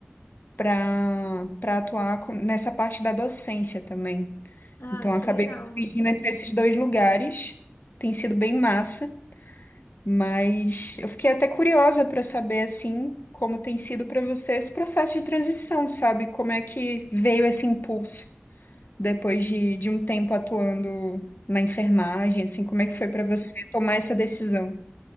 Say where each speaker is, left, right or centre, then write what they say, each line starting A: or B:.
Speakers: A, on the left; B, on the left.
A: para para atuar com- nessa parte da docência também.
B: Ah,
A: Então eu acabei
B: que legal.
A: me dividindo entre esses dois lugares, tem sido bem massa. Mas eu fiquei até curiosa para saber assim como tem sido para você esse processo de transição, sabe? Como é que veio esse impulso depois de, de um tempo atuando na enfermagem, assim, como é
B: Sim.
A: que foi para você tomar essa decisão?